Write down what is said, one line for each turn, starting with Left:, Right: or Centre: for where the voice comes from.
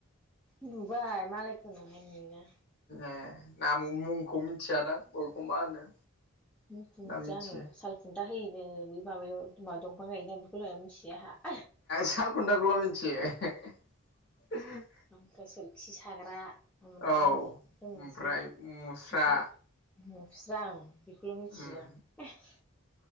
Centre: नुबाय मालायखौ नुहाय नुयोना।
Left: ए नाम मुंखौ मिथियादां अबेखौ मा होनो
Centre: मुंखौ
Left: ना
Centre: मिथिया
Left: मिथियो
Centre: आङो साल खुं दा होयोनो बि माबायावा दंफां गायोना बेखौलाय मिथिया आंहा।
Left: सालखुन्था खौल' मिथियो <unintelligible>
Centre: ओमफ्राय सोरखि साग्रा ना
Left: औ
Centre: मा होनो?
Left: ओमफ्राय
Centre: <unintelligible> मोनसे
Left: मुस्रा
Centre: बिदि नफस्रां आं बेखौल' मिथियो
Left: उम
Centre: आं <unintelligible>